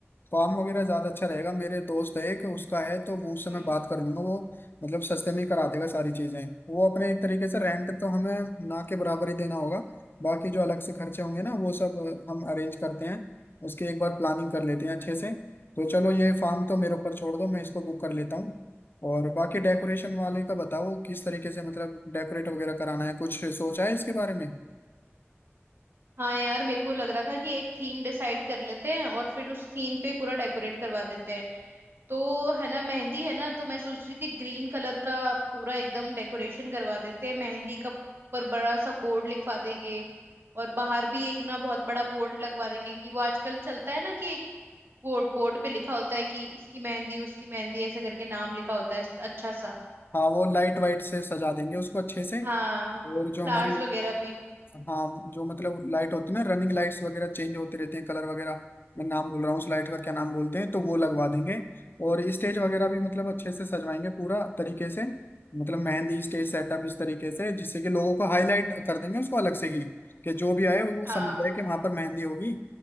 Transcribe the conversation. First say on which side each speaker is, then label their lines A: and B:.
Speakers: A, on the left; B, on the right.
A: फार्म वगैरह ज्यादा अच्छा रहेगा मेरे दोस्त है एक उसका है तो वो उससे
B: हम्म
A: मैं बात कर लूंगा वो मतलब सस्ते में ही करा देगा सारी चीजें वो अपने एक तरीके से रेंट तो हमें ना के बराबर ही देना होगा बाकी जो अलग से खर्चे होंगे ना वो सब हम अरेंज करते हैं उसकी एक बार प्लानिंग कर लेते हैं अच्छे से तो चलो ये फार्म तो मेरे ऊपर छोड़ दो मैं इसको बुक कर लेता हूँ और बाकी डेकोरेशन वाले का बताओ किस तरीके से मतलब डेकोरेट वगैरह कराना है कुछ सोचा है इसके बारे में
B: हाँ यार मेरे को लग रहा था कि एक थीम डिसाइड कर लेते हैं और फिर उस थीम पे पूरा डेकोरेट करवा देते हैं तो है ना मेहंदी है ना तो मैं सोच रही थी ग्रीन कलर का पूरा एकदम डेकोरेशन करवा देते हैं मेहंदी का पर बड़ा सा बोर्ड लिखवा देंगे और बाहर भी एक ना बहुत बड़ा बोर्ड लगवा देंगे कि वो आजकल चलता है ना कि एक बोर्ड बोर्ड पे लिखा होता है कि इसकी मेहंदी उसकी मेहंदी ऐसे करके नाम लिखा होता है अच्छा सा
A: हाँ वो लाइट वाइट से सजा देंगे उसको अच्छे से
B: हाँ
A: और जो
B: फ्लावर्स
A: हमारी
B: वगैरह भी
A: हाँ जो मतलब लाइट होती है ना रनिंग लाइट्स वगैरह चेंज होते रहते हैं कलर वगैरह मैं नाम भूल रहा हूँ उस लाइट का क्या नाम बोलते हैं तो वो लगवा देंगे और स्टेज वगैरह भी मतलब अच्छे से सजवाएंगे पूरा तरीके से मतलब मेहंदी स्टेज सेटअप इस तरीके से जिससे कि लोगों को हाईलाइट कर देंगे उसको अलग से ही कि जो भी आए वो
B: हाँ
A: समझ जाए कि वहां पर मेहंदी होगी